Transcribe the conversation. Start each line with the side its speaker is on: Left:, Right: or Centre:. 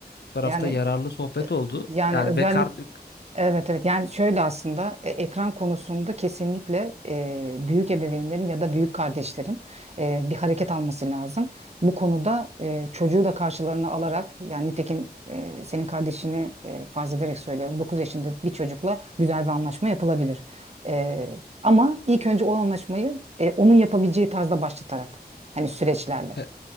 Left: bu tarafta
Right: Yani
Left: yararlı sohbet oldu.
Right: yani
Left: Yani
Right: özellik
Left: ben kard
Right: Evet evet yani şöyle aslında e, ekran konusunda kesinlikle e, büyük ebeveynlerin ya da büyük kardeşlerin e, bir hareket alması lazım. Bu konuda e, çocuğu da karşılarına alarak yani nitekim e, senin kardeşini e, farz ederek söylüyorum 9 yaşında bir çocukla güzel bir anlaşma yapılabilir. E, ama ilk önce o anlaşmayı e, onun yapabileceği tarzda başlatarak hani süreçlerle.
Left: E-